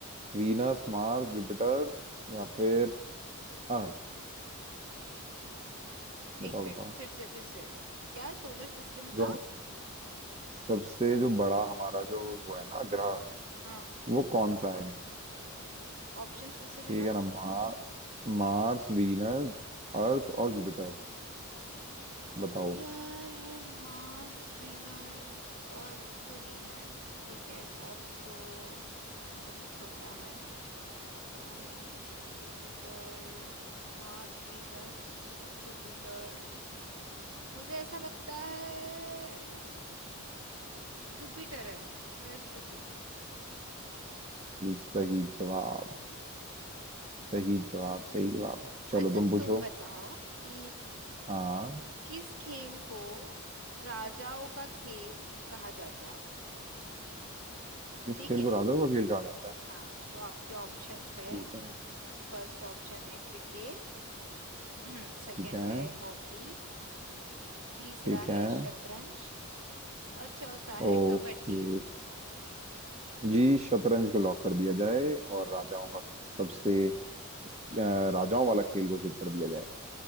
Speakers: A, on the right (about 30°); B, on the right (about 65°).
A: वीनस मार्स जुपिटर या फिर अर्थ बताओ
B: एक मिनट
A: बताओ
B: फिर से फिर से क्या सोलर सिस्टम
A: जो
B: का
A: सबसे जो बड़ा हमारा जो वो है ना ग्रह
B: हाँ
A: वो कौन सा है
B: ऑप्शंस फिर से देना
A: ठीक है ना मार्स, मार्स वीनस अर्थ और जुपिटर बताओ
B: यार मार्स वीनस अर्थ तो नहीं है ठीक है अर्थ तो सबसे छोटा है तो मुझे जुपिटर Mars Venus Jupiter मुझे ऐसा लगता है जुपिटर है बृहस्पति
A: सही जवाब सही जवाब सही जवाब चलो
B: अच्छा
A: तुम पूछो
B: तुम बताओ कि
A: हाँ
B: किस खेल को राजाओं का खेल कहा जाता है
A: इस
B: ठीक
A: खेल
B: है
A: को राजाओं का खेल कहा जाता है
B: हाँ तो आपके ऑप्शंस है
A: ठीक है
B: फर्स्ट ऑप्शन है क्रिकेट <clears throat> सेकंड
A: ठीक है
B: है हॉकी तीसरा
A: ठीक है
B: है शतरंज और चौथा है
A: ओके
B: कबड्डी
A: जी शतरंज को लॉक कर दिया जाए और राजाओं का सबसे अ, राजाओं वाला खेल घोषित कर दिया जाए